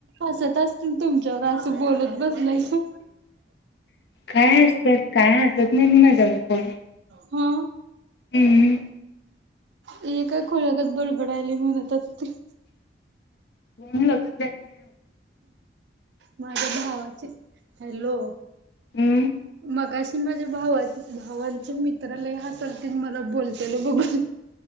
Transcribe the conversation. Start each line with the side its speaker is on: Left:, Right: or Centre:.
Right: असत असतील तुमच्यावर असं बोलत बसलायसा.
Left: काय असतात काय असतात नाही माझ्यावर कोण
Right: हा
Left: हम्म
Right: हे काय खुळगच बडबडायला म्हणतच ते
Left: हम् लक्ष नाही
Right: माझ्या भावाचे हॅलो
Left: हम्म
Right: म की माझ्या भा भावांच्या मित्रालाय ह्या सर्तीत मला बोलताल बघून